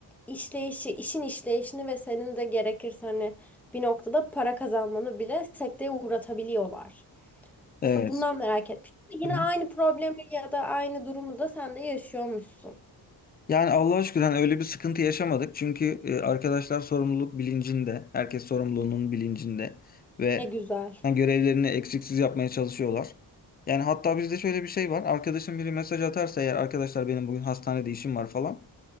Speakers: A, in the centre; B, on the left.
A: işleyişi, işin işleyişini ve senin de gerekirse hani bir noktada para kazanmanı bile sekteye uğratabiliyorlar.
B: Evet.
A: Aslında bundan merak etmiştim. Yine
B: hı hı.
A: aynı problemi ya da aynı durumu da sen de yaşıyormuşsun.
B: Yani Allah'a şükür hani öyle bir sıkıntı yaşamadık. Çünkü e, arkadaşlar sorumluluk bilincinde, herkes sorumluluğunun bilincinde ve
A: Ne güzel.
B: hani görevlerini eksiksiz yapmaya çalışıyorlar. Yani hatta bizde şöyle bir şey var. Arkadaşım biri mesaj atarsa eğer arkadaşlar benim bugün hastanede işim var falan.